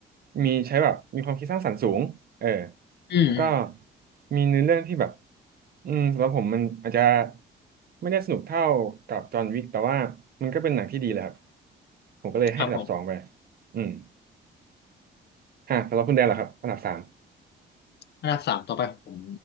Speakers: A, on the right (about 50°); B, on the left (about 60°).
A: มีใช้แบบมีความคิดสร้างสรรค์สูงเออ
B: อืมอืม
A: แล้วก็มีเนื้อเรื่องที่แบบอืมสำหรับผมมันอาจจะไม่ได้สนุกเท่ากับจอห์นวิกแต่ว่ามันก็เป็นหนังที่ดีเลยครับผมก็เลยให้อันดับสองไป
B: ครับผม
A: อืมฮะสำหรับคุณแดนเหรอครับอันดับสาม
B: อันดับสามต่อไปผม